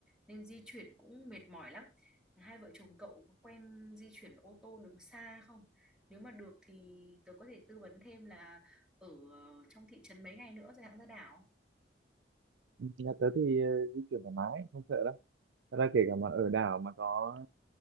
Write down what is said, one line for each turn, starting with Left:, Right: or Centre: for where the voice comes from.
Centre: nên di chuyển cũng mệt mỏi lắm hai vợ chồng cậu có quen di chuyển ô tô đường xa không nếu mà được thì tớ có thể tư vấn thêm là ở ờ, trong thị trấn mấy ngày nữa rồi hãng ra đảo
Right: <laughs> Nhà tớ thì ừ, di chuyển thoải mái, không sợ đâu. Thật ra kể cả mà ở đảo mà có